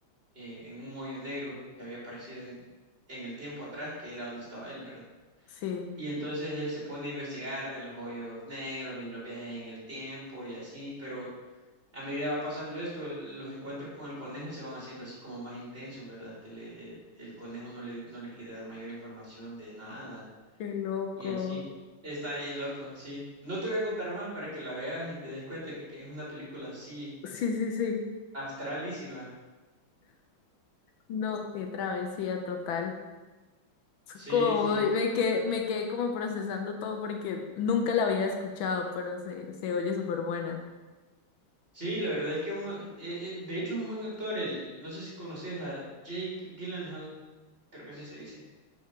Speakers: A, on the right (about 30°); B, on the left (about 75°).
A: eh, en un hoyo negro que había aparecido en, en el tiempo atrás, que era donde estaba él, ¿verdad?
B: Sí,
A: Y entonces él se pone a investigar de los hoyos negros y los viajes en el tiempo y así, pero a medida va pasando esto, el- los encuentros con el conejo se van haciendo así como más intensos, ¿verdad? Que le, el conejo no le, no le quiere dar mayor información de nada
B: qué loco.
A: y así. Está bien loco, sí. No te voy a contar más para que la veas y te des cuenta que, que es una película así
B: Sí, sí, sí.
A: astralísima.
B: No, qué travesía total. Es
A: Sí,
B: Como
A: sí.
B: voy- me quedé, me quedé como procesando todo porque nunca la había escuchado, pero se, se oye súper buena.
A: Sí, la verdad es que es un... eh, eh, de hecho es un buen actor. El, no sé si conoces a Jake Gyllenhaal, creo que así se dice.